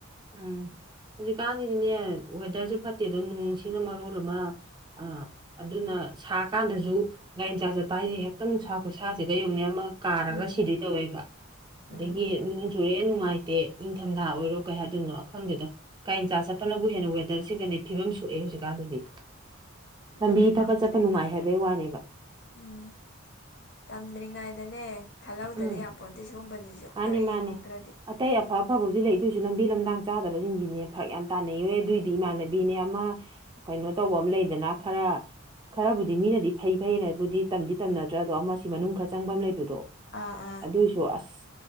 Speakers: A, on the right; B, on the left.
A: ꯎꯝ ꯍꯧꯖꯤꯛꯀꯥꯟꯒꯤꯗꯤꯅꯦ ꯋꯦꯗꯔꯁꯦ ꯐꯠꯇꯦꯗꯣ ꯅꯣꯡꯁꯤꯡꯅ ꯃꯔꯣꯜ ꯑꯃ ꯑꯥ ꯑꯗꯨꯅ ꯁꯥ ꯀꯥꯟꯗꯖꯨ ꯒꯥꯔꯤ ꯃꯆꯥ ꯆꯠꯄ ꯍꯥꯏꯖꯦ ꯍꯦꯛꯇꯥ ꯅꯨꯡꯁꯥ ꯈꯨꯁꯥꯖꯤꯒꯥ ꯌꯦꯡꯉꯨꯅꯦ ꯑꯃ ꯀꯥꯔꯒ
B: ꯎꯝ
A: ꯁꯤꯗꯨꯏ ꯇꯧꯋꯦꯕ꯫
B: ꯎꯝ
A: ꯗꯒꯤ ꯅꯣꯡ ꯆꯨꯔꯛꯑꯦ ꯅꯨꯡꯉꯥꯏꯇꯦ ꯏꯪꯊꯝꯊꯥ ꯑꯣꯏꯔꯣ ꯀꯩ ꯍꯥꯏꯗꯣꯏꯅꯣ ꯑꯈꯪꯗꯦꯗ ꯀꯥꯔꯤ ꯃꯆꯥ ꯆꯠꯄꯅꯕꯨ ꯍꯦꯟꯅ ꯋꯦꯗꯔꯁꯤꯒꯅꯤ ꯐꯤꯕꯝ ꯁꯣꯛꯑꯦ ꯍꯧꯖꯤꯛꯀꯥꯟꯗꯗꯤ
B: ꯑꯗꯨꯅꯦ
A: ꯂꯝꯕꯤ ꯐꯕ
B: ꯇꯝꯗ꯭ꯔꯤꯉꯩꯗ
A: ꯆꯠꯄ ꯅꯨꯡꯉꯥꯏ ꯍꯥꯏꯕꯩ ꯋꯥꯅꯦꯕ
B: ꯎꯝ ꯇꯝꯗ꯭ꯔꯤꯉꯩꯗꯅꯦ꯫ ꯈꯜꯍꯧꯗꯗꯤ
A: ꯎꯝ
B: ꯌꯥꯄꯣꯟꯇꯦ ꯁꯤꯒꯨꯝꯕꯖꯤꯖꯨ
A: ꯃꯥꯅꯤ
B: ꯈꯔ
A: ꯃꯥꯅꯤ
B: ꯌꯦꯡꯍꯧꯗ꯭ꯔꯗꯤ
A: ꯑꯇꯩ ꯑꯐ ꯑꯐꯕ ꯍꯧꯖꯤ ꯂꯩꯗꯣꯏꯁꯨ ꯂꯝꯕꯤ ꯂꯝꯗꯡ ꯆꯥꯗꯕꯁꯤꯡꯁꯤꯅꯦ ꯐꯔꯛ ꯌꯥꯝ ꯇꯥꯟꯅꯩꯌꯣ ꯑꯗꯨꯑꯣꯏꯗꯤ ꯏꯃꯥꯟꯅꯕꯤꯅꯦ ꯑꯃ ꯀꯩꯅꯣ ꯇꯧꯕ ꯑꯝ ꯂꯩꯗꯅ ꯈꯔ ꯈꯔꯕꯨꯗꯤ ꯃꯤꯅꯗꯤ ꯐꯩ ꯐꯩꯅꯕꯨꯗꯤ ꯇꯝꯗꯤ ꯇꯝꯅꯗ꯭ꯔꯥ ꯑꯗꯣ ꯑꯃꯁꯤ ꯃꯅꯨꯡ ꯈꯔ ꯆꯪꯕ ꯑꯃ ꯂꯩꯕꯗꯣ
B: ꯑꯥ ꯑꯥ
A: ꯗꯨꯏꯁꯨ ꯑꯁ